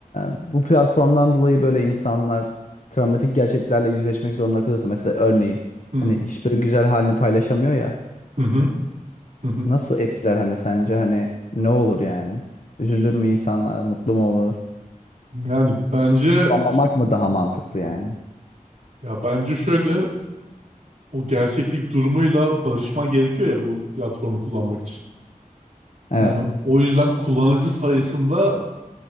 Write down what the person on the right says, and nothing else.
Hı
hı hı hı. hı.
Yani bence
ya bence şöyle o gerçeklik durumuyla barışman gerekiyor ya bu platformu kullanmak için.
Yani o yüzden kullanıcı sayısında